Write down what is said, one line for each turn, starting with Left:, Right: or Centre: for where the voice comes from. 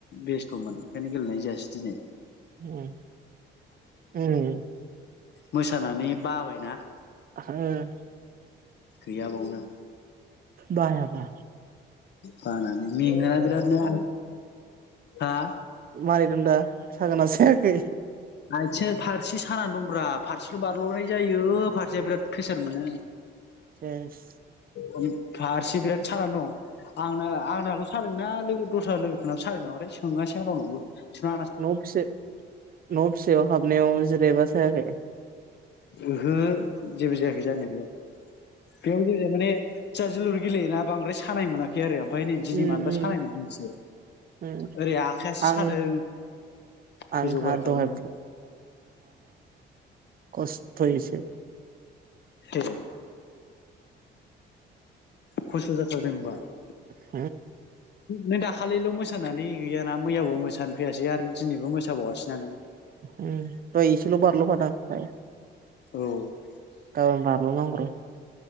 Left: बेस्थ'मोन ओंखायनो गेलेनाय जायासै दिनै।
Right: होम उम
Left: मोस सानानै बाबायना ।
Right: <unintelligible>
Left: गैया बावनो।
Right: बाया बा।
Left: बानानानै। मेङोना बिरादनो हा?
Right: मारै दं दा? सागोना सायाखै?
Left: आथिं फारसे साना दंब्रा फारसेल' बारल'नाय जायो फारसेया बिराद प्रेसार मोनो।
Right: सेस
Left: ओम फारसि बिराद सानान दं । आंना आंनाल' सादोंना लोगो दस्रा लोगोफोर नाबो सादों नामाथाय सोंङासै आं रावनावबो ।
Right: न'फिसे न'फिसायाव हाबनायाव जिरायबा <unintelligible>
Left: ओहो । जेबो जायाखै जानायलाय बेयाव जेबो जायाखै माने जोहा जोलुर गेलेयोना बांद्राय सानाय मोना खै आरो ओमफ्राय नै
Right: उम
Left: दिनै मानोबा
Right: उम
Left: सानाय मोनदों एसे
Right: उम
Left: ओरै आखायासो
Right: आं
Left: सादों गोजौ
Right: आंहा
Left: गाहाय खालामनाया
Right: दहाय
Left: ।
Right: खस्थयै एसे
Left: ए खस्थ जाथारदोंबा ।
Right: उ ।
Left: नों दाखालिल' मोसानानै गैयाना मैयाबो मोसानो फैयासै आरो दिनैबो मोसाबावासैना नों ।
Right: उम दहय इसेल बारल' फादां ।
Left: औ ।
Right: गाबोन बारल' नांगौ र'।